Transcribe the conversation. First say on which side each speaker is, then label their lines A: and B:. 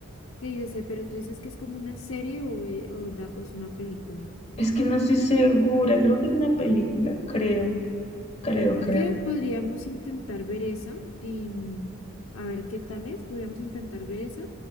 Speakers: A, on the left; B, on the left.
A: que yo sé, pero tú dices que es como una serie o, eh, o la- o es una película.
B: Es que no estoy segura, creo que es una película, creo, creo,
A: Porque
B: creo.
A: podríamos intentar ver esa y mm, a ver qué tal es. Podríamos intentar ver esa